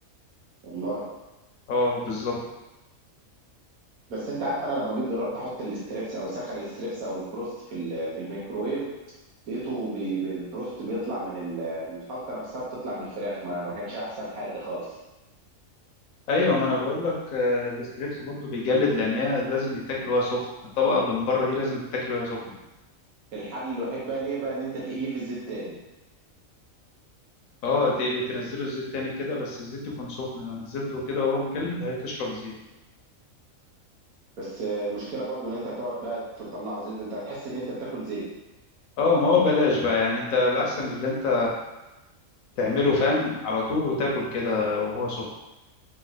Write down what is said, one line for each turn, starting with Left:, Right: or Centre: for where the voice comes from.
Right: والله
Left: اه بالظبط
Right: بس انت عارف انا لما جيت جربت احط الستريبس او سخن الستريبس او البروست في ال- في الميكروويف لقيته بي بي- البروست بيطلع من ال- الخلطه نفسها بتطلع من الفراخ ما, ما كانش احسن حاجه خالص
Left: ايوه ما انا بقول لك آه، الستريبس برضه بيجلد لانها لازم يتاكل وهي سخن الطبقه اللي من بره دي لازم تتاكل وهي سخنه
Right: الحل الوحيد بقى ليه بقى ان انت تقليه في الزيت تاني
Left: اه تقلي- تنزله الزيت تاني كده بس الزيت يكون سخن لو نزلته كده وهو مجلد هيتشرب زيت
Right: بس آه، المشكله برضو ان انت هتقعد بقى تطلعه زيت انت هتحس ان انت بتاكل زيت
Left: اه ما هو بلاش بقى يعني انت الاحسن اللي انت تعمله فاهم على طول وتاكل كده وهو سخن